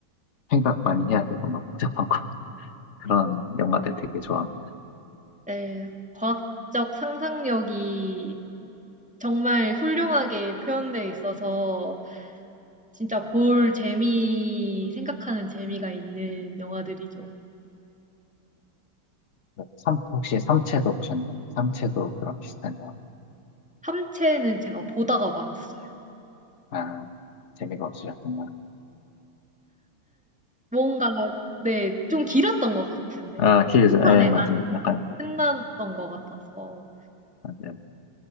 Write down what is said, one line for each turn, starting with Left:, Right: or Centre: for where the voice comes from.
Left: 생각 많이 해야 되고 막 복잡한 거 <laughs> 그런 영화들 되게 좋아합니다.
Centre: 네, 과학적 상상력이 정말 훌륭하게 표현되어 있어서 진짜 볼 재미, 생각하는 재미가 있는 영화들이죠.
Left: 삼 혹시 삼체도 보셨나요? 삼체도 그런 비슷한 영화.
Centre: 함체는 제가 보다가 말았어요.
Left: 아 재미가 없으셨구나.
Centre: 뭔가, 네, 좀 길었던 것 같은데.
Left: 아
Centre: 그
Left: 기회죠.
Centre: 한편에
Left: 예 맞아요.
Centre: 안
Left: 약간
Centre: 끝났던 것 같아서.
Left: 맞아요.